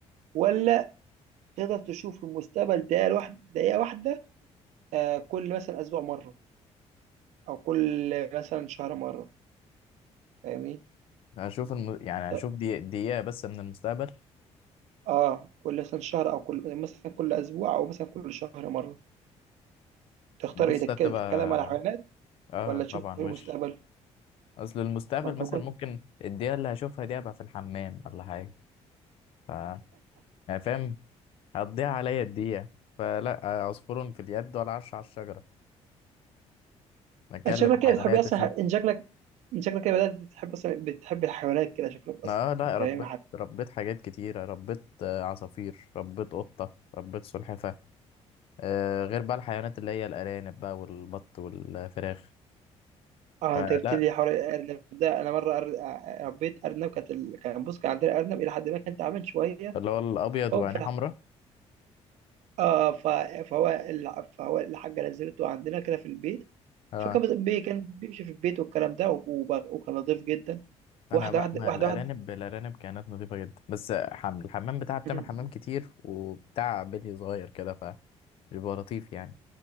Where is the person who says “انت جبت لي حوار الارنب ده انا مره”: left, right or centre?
Right